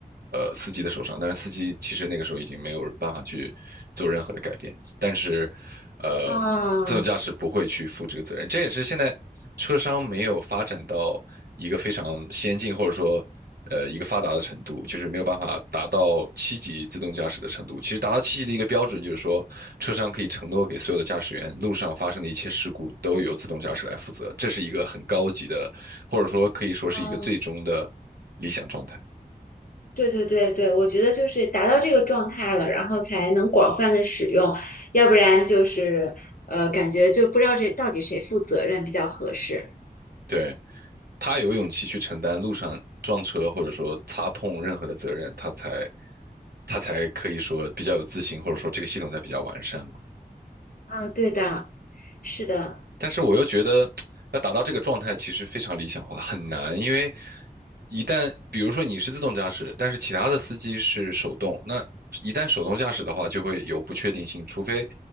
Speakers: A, on the right; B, on the left.
A: 呃司机的手上，但是司机其实那个时候已经没有办法去做任何的改变，但是呃自动驾驶不会去负这个责任，
B: 啊，
A: 这也是现在车商没有发展到一个非常先进或者说呃一个发达的程度，就是没有办法达到七级自动驾驶的程度。其实达到七级的一个标准就是说，车商可以承诺给所有的驾驶员，路上发生的一切事故都由自动驾驶来负责。这是一个很高级的，或者说可以说是一个最终的理想状态。
B: 哦，对对对对，我觉得就是达到这个状态了，然后才能广泛的使用，要不然就是呃，感觉就不知道这到底谁负责任比较合适
A: 对，他有勇气去承担路上撞车或者说擦碰任何的责任，他才他才可以说比较有自信，或者说这个系统才比较完善嘛。
B: 啊。对的，是的，
A: 但是我又觉得要达到这个状态其实非常理想化，很难，因为一旦比如说你是自动驾驶，但是其他的司机是手动，那一旦手动驾驶的话，就会有不确定性，除非